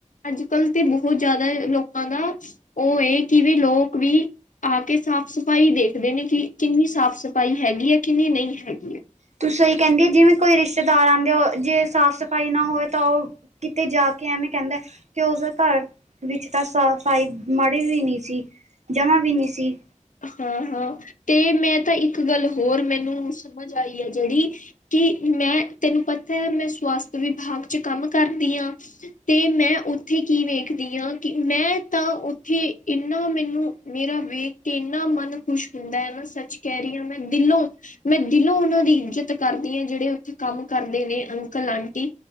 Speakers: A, on the left (about 80°); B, on the right (about 60°).
A: ਅੱਜ ਕੱਲ੍ਹ ਤੇ ਬਹੁਤ ਜ਼ਿਆਦਾ ਲੋਕਾਂ ਦਾ। ਉਹ ਇਹ, ਕਿ ਵੀ ਲੋਕ ਵੀ ਆ ਕੇ ਸਾਫ਼ ਸਫ਼ਾਈ ਦੇਖਦੇ ਨੇ, ਕਿ ਕਿੰਨੀ ਸਾਫ਼ ਸਫ਼ਾਈ ਹੈਗੀ ਹੈ ਕਿੰਨੀ ਨਹੀਂ ਹੈਗੀ ਹੈ।
B: ਤੁਸੀਂ ਸਹੀ ਕਹਿੰਦੀ ਏ, ਜਿਵੇਂ ਕੋਈ ਰਿਸ਼ਤੇਦਾਰ ਆਉਂਦੇ ਹੋ, ਜੇ ਸਾਫ਼ ਸਫ਼ਾਈ ਨਾ ਹੋਵੇ ਤਾਂ ਉਹ ਕਿਤੇ ਜਾ ਕੇ ਐਵੇਂ ਕਹਿੰਦਾ, ਕਿ ਉਸਦੇ ਘਰ ਵਿੱਚ ਤਾਂ ਸ ਸਫਾਈ ਮਾੜੇ ਜੀ ਵੀ ਨਹੀਂ ਸੀ, ਜਮਾ ਵੀ ਨਹੀਂ ਸੀ
A: ਹਾਂ ਹਾਂ ਤੇ ਮੈਂ ਤਾਂ ਇੱਕ ਗੱਲ, ਹੋਰ ਮੈਨੂੰ ਸਮਝ ਆਈ ਹੈ ਜਿਹੜੀ ਕਿ ਮੈਂ ਤੈਨੂੰ ਪਤਾ ਹੈ ਮੈਂ ਸਵਾਸਥ ਵਿਭਾਗ ਚ ਕੰਮ ਕਰਦੀ ਆ। ਤੇ ਮੈਂ ਉੱਥੇ ਕੀ ਵੇਖਦੀ ਹਾਂ ਕਿ ਮੈਂ ਤਾਂ ਉੱਥੇ ਇੰਨਾ ਮੈਨੂੰ ਮੇਰਾ ਵੇਖ ਕੇ ਇੰਨਾ ਮਨ ਖੁਸ਼ ਹੁੰਦਾ ਹੈ ਨਾ ਸੱਚ ਕਹਿ ਰਹੀ ਹਾਂ ਮੈਂ ਦਿਲੋਂ ਮੈਂ ਦਿਲੋਂ ਉਹਨਾਂ ਦੀ ਇੱਜਤ ਕਰਦੀ ਹਾਂ ਜਿਹੜੇ ਉੱਥੇ ਕੰਮ ਕਰਦੇ ਨੇ ਅੰਕਲ ਆਂਟੀ।